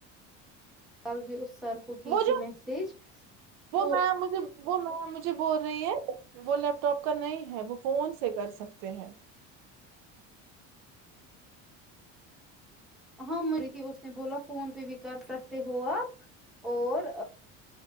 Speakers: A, in the centre; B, on the right.
A: کل بھی اس سر کو کی
B: وہ
A: تھی
B: جو
A: میسج
B: وہ
A: تو
B: میم مجھے وہ میم مجھے بول رہی ہے وہ لیپ ٹاپ کا نہیں ہے وہ فون سے کر سکتے ہیں
A: ہاں مری تھی اس نے بولا فون پہ بھی کر سکتے ہو آپ اور